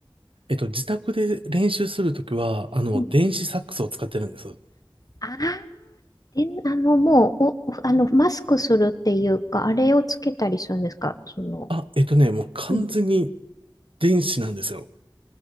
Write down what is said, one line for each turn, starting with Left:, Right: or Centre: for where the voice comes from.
Right: えっと自宅で練習するときは、あの、
Left: うん。
Right: 電子サックスを使ってるんです。
Left: ああ、で、あの、もう、お、あの、マスクするっていうか、あれをつけたりするんですかその、
Right: あ、えっとね、もう完全に
Left: うん。
Right: 電子なんですよ。